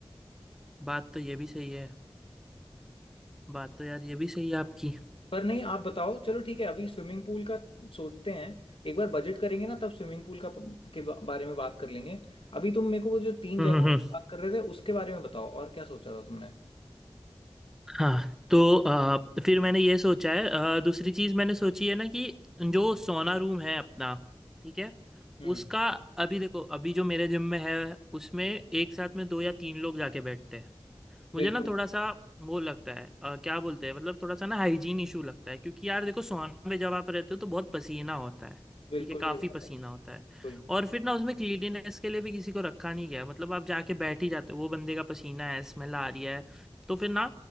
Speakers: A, in the centre; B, on the left.
A: बात तो ये भी सही है बात तो यार ये भी सही है आपकी
B: पर नहीं आप बताओ चलो ठीक है अभी स्विमिंग पूल का सोचते हैं एक बार बजट करेंगे ना तब स्विमिंग पूल का प- के बा- बारे में बात कर लेंगे अभी तुम मेरे को वो जो तीन
A: हम्म
B: जगहों
A: हम्म हम्म।
B: की बात कर रहे थे उसके बारे में बताओ और क्या सोचा था तुमने
A: हाँ तो अ, फिर मैंने ये सोचा है अ, दूसरी चीज मैंने सोची है ना कि जो सोना रूम है अपना ठीक है
B: हम्म
A: उसका अभी देखो अभी जो मेरे जिम में है उसमें एक साथ में दो या तीन लोग जाके बैठते हैं मुझे
B: बिल्कुल
A: ना थोड़ा सा वो लगता है अ, क्या बोलते हैं मतलब थोड़ा सा ना हाइजीन इशू लगता है क्योंकि यार
B: हाँ,
A: देखो सोन में जब आप रहते हो तो बहुत पसीना होता है
B: बिल्कुल
A: ठीक है काफी
B: सही बात
A: पसीना
B: है
A: होता
B: बिल्कुल
A: है और फिर ना उसमें क्लीनिनेस के लिए भी किसी को रखा नहीं गया है। मतलब आप जाके बैठ ही जाते हो वो बंदे का पसीना है स्मेल आ रही है तो फिर ना